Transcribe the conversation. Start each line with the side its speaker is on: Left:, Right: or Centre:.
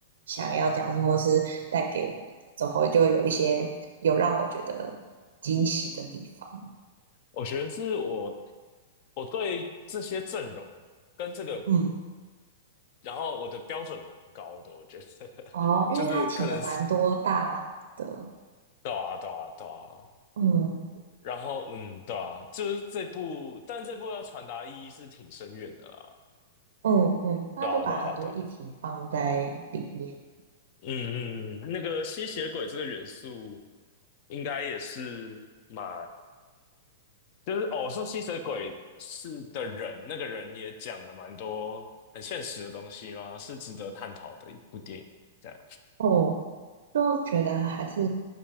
Right: 想要讲述或是带给我们的，总会就会有一些有让我觉得惊喜的地方。
Left: 我觉得是我我对这些阵容跟这个，
Right: 嗯，
Left: 然后我的标准蛮高的，我觉得 <laughs>
Right: 哦，因为他请了蛮多大的，
Left: 就是可能是对啊对啊对啊，
Right: 嗯
Left: 然后，嗯，对啊，就是这部，但这部要传达意义是挺深远的啦。
Right: 嗯嗯，他就把很多议题放在里面。
Left: 对啊，对啊，对啊，嗯嗯，嗯那个吸血鬼这个元素，应该也是蛮，就是哦，说吸血鬼是的人，那个人也讲了蛮多很现实的东西嘛，是值得探讨的一部电影。这样，
Right: 哦，就觉得还是